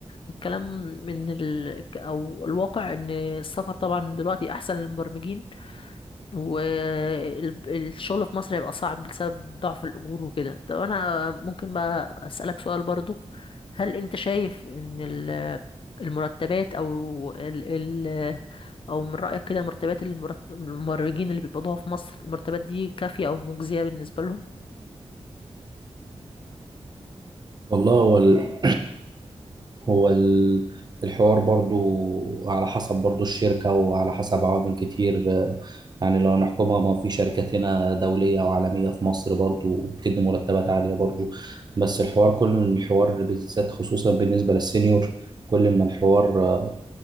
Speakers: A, on the left; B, on the right.
A: الكلام من ال... أو الواقع إن السفر طبعا دلوقتي أحسن للمبرمجين والشغل في مصر هيبقى صعب بسبب ضعف الأجور وكده طب أنا ممكن بقى أسألك سؤال برضو هل أنت شايف إن ال- المرتبات أو ال ال أو من رأيك كده مرتبات المرت- الممرجين اللي بيقبضوها في مصر المرتبات دي كافية أو مجزية بالنسبة لهم؟
B: والله هو ال- هو ال- الحوار برضو على حسب برضو الشركة وعلى حسب عوامل كتير آه، يعني لو نحكمها ما في شركات هنا دولية وعالمية في مصر برضو بتدي مرتبات عالية برضو بس الحوار كل الحوار بالذات خصوصا بالنسبة للسينيور كل ما الحوار